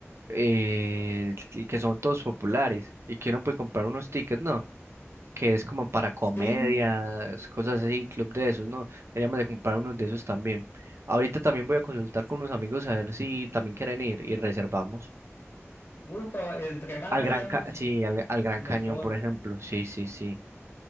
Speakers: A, on the right; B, on the left.
A: eh, que que son todos populares y que uno puede comprar unos tickets, ¿no? Que es como para comedias,
B: Sí,
A: cosas así, club de esos, ¿no? Deberíamos de comprar unos de esos también. Ahorita también voy a consultar con unos amigos a ver si también quieren ir y reservamos.
B: ufa, entre más
A: Al
B: vayamos,
A: Gran Ca- sí, al, al Gran
B: mejor.
A: Cañón, por ejemplo. Sí, sí, sí.